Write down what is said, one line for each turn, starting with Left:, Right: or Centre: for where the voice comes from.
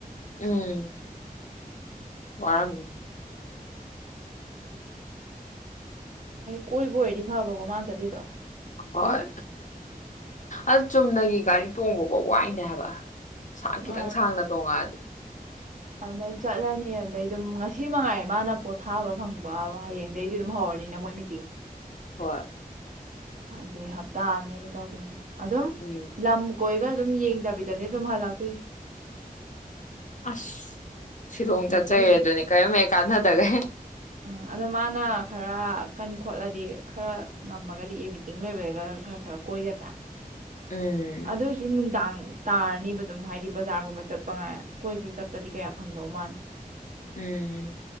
Left: ꯎꯝ ꯋꯥꯔꯝ
Right: ꯀꯣꯏꯕꯨ ꯍꯥꯏꯦꯗꯤ ꯐꯥꯎꯕꯀꯣ ꯃꯥꯥ ꯆꯂꯤꯗꯣ
Left: ꯍꯣꯏ ꯑ ꯆꯨꯝꯅꯒꯤ ꯒꯥꯔꯤ ꯇꯣꯡꯕꯐꯥꯎ ꯋꯥꯏꯅꯦ ꯍꯥꯏꯕ ꯁ ꯈꯤꯇꯪ
Right: ꯃꯥꯅꯦ
Left: ꯁꯥꯡꯅ ꯇꯣꯡꯉꯛꯑꯗꯤ
Right: ꯑꯗꯩ ꯆꯠꯂꯅꯤ ꯑꯗꯩ ꯑꯗꯨꯝ ꯉꯁꯤ ꯃꯉꯥꯏꯔꯦ ꯃꯥꯅ ꯄꯣꯠꯊꯥꯕ ꯐꯪꯕꯕ ꯍꯌꯦꯡꯗꯒꯤꯩꯗꯤ ꯑꯗꯨꯝ ꯍꯧꯔꯅꯤꯅ ꯃꯣꯏ <inaudible>
Left: ꯍꯣꯏ
Right: ꯑꯗꯩ ꯍꯞꯇꯥ ꯑꯃꯅꯦꯕ ꯇꯧꯗꯣꯏꯗꯣ ꯑꯗꯨꯝ
Left: ꯎꯝ
Right: ꯂꯝ ꯀꯣꯏꯒ ꯑꯗꯨꯝ ꯌꯦꯡꯗꯕꯤꯗꯅꯦ ꯑꯗꯨꯝ ꯍꯥꯟꯅ ꯂꯥꯛꯇꯣꯏꯁꯦ
Left: ꯑꯁ ꯁꯤꯂꯣꯡ
Right: ꯃꯤꯇꯤꯡ
Left: ꯆꯠꯆꯩ ꯑꯗꯨꯅꯤ ꯀꯔꯤꯔꯝꯃꯦ ꯀꯥꯟꯅꯗꯒꯦ
Right: ꯑ ꯑꯗꯣ ꯃꯥꯅ ꯈꯔ ꯀꯟ ꯈꯣꯠꯂꯗꯤ ꯈꯔ ꯉꯝꯃꯒꯗꯤ ꯑꯦꯕꯤꯇꯤꯡ ꯂꯣꯏꯕꯒ ꯈꯔ ꯈꯔ ꯀꯣꯏꯒꯗ꯭ꯔꯥ
Left: ꯎꯝ
Right: ꯑꯗꯨ ꯑꯣꯏꯁꯨ ꯅꯨꯡꯗꯥꯡ ꯇꯥꯔꯅꯤꯕ ꯑꯗꯨꯝ ꯍꯥꯏꯗꯤ ꯕꯖꯥꯔꯒꯨꯝꯕ ꯆꯠꯄ ꯉꯥꯏ ꯀꯣꯏꯕ ꯆꯠꯄꯗꯤ ꯀꯌꯥ ꯐꯪꯗꯧ ꯃꯥꯟꯗ꯭ꯔꯦ
Left: ꯎꯝ